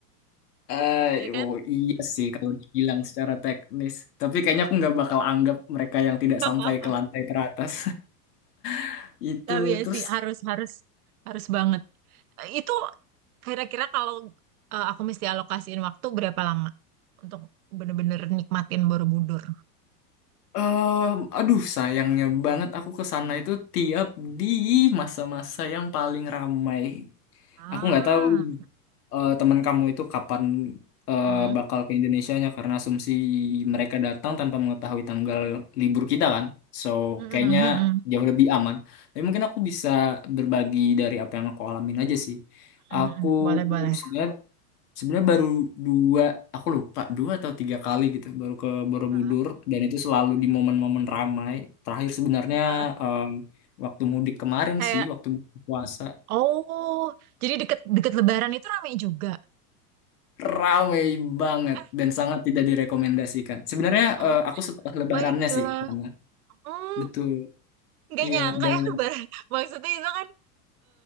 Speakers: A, on the left; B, on the right.
A: Eh,
B: ya kan?
A: oh, iya sih kalau dibilang secara teknis. Tapi kayaknya aku nggak bakal anggap mereka yang
B: <laughs>
A: tidak sampai ke lantai teratas. <laughs> Itu
B: Tapi ya
A: terus
B: sih harus harus harus banget. Eh, Itu kira-kira kalau eh, aku mesti alokasiin waktu berapa lama untuk bener-bener nikmatin Borobudur?
A: em, aduh sayangnya banget aku ke sana itu tiap di masa-masa yang paling ramai.
B: Ah,
A: Aku nggak tahu eh, teman kamu itu kapan eh,
B: hmm.
A: bakal ke Indonesianya karena asumsi mereka datang tanpa mengetahui tanggal libur kita kan. So,
B: Hmm, hmm,
A: kayaknya
B: hmm, hmm,
A: jauh lebih aman. Tapi mungkin aku bisa berbagi dari apa yang aku alamin aja sih.
B: hmm,
A: Aku
B: hmm. Boleh boleh.
A: sebenarnya sebenarnya baru dua, aku lupa dua atau tiga kali gitu baru ke Borobudur
B: Heeh,
A: dan itu selalu di momen-momen ramai. Terakhir sebenarnya
B: heeh.
A: em, waktu mudik kemarin
B: Kayak
A: sih, waktu buka puasa
B: oh jadi deket-deket Lebaran itu ramai juga.
A: Ramai banget
B: Eh,
A: dan sangat tidak direkomendasikan. Sebenarnya
B: oh
A: eh, aku setelah lebarannya
B: baiklah.
A: sih ke sana.
B: Hmm,
A: Betul.
B: nggak
A: Iya
B: nyangka
A: dan
B: ya Lebaran. <laughs> Maksudnya itu kan